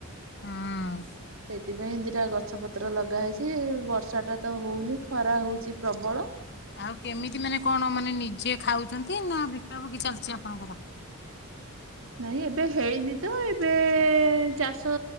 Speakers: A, on the left; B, on the right.
A: ହଁ।
B: ସେଇଥିପାଇଁ ଦିଟା ଗଛ ପତ୍ର ଲଗା ହେଇଚି ବର୍ଷା ଟା ତ ହଉନି ଖରା ହଉଚି ପ୍ରବଳ।
A: ଆଉ କେମିତି ମାନେ କଣ ମାନେ ନିଜେ ଖାଉଚନ୍ତି ନା ବିକା ବିକି ଚାଲିଚି ଆପଣଙ୍କର।
B: ନାଇଁ ଏବେ ହେଇନି ତ ଏବେ ଚାଷ